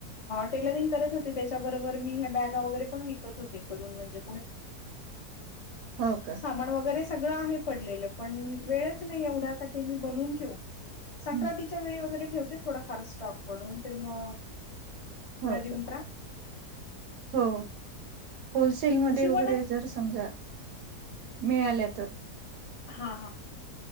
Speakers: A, on the left; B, on the right.
A: टेलरिंग करत होते त्याच्याबरोबर मी ह्या बॅग वगैरे पण विकत होते करून म्हणजे
B: हो का
A: वर वगरे सगळ आहे पडले पण वेळच नाही एवढा का ते मी बनून ठेव संक्रांतीच्या
B: हं,
A: वेळी वगैरे ठेवते थोडाफार स्टॉक बनून तर मग
B: हो
A: हळदी कुंकू
B: का हो होलसेलमध्येध्ये
A: शिवणच
B: वगैरे जर समजा मिळाल्या तर
A: हा हा